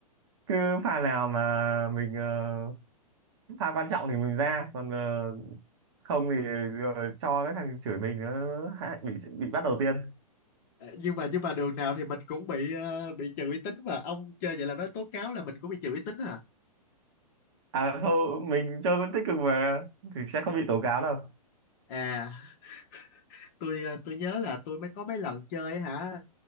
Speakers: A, on the right; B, on the left.
A: cứ pha nào mà mình ờ, pha quan trọng thì mình ra còn ờ, không thì rồi cho cái thằng chửi mình nó hại- bị bị bắt đầu tiên
B: Ờ, nhưng mà nhưng mà đường nào thì mình cũng bị ờ, bị trừ uy tín mà ông chơi vậy là nói tố cáo là mình cũng bị trừ uy tín hả
A: À không, mình chơi vẫn tích cực mà thì sẽ không bị tố cáo đâu.
B: à tôi ờ, tôi nhớ là tôi mới có mấy lần chơi hả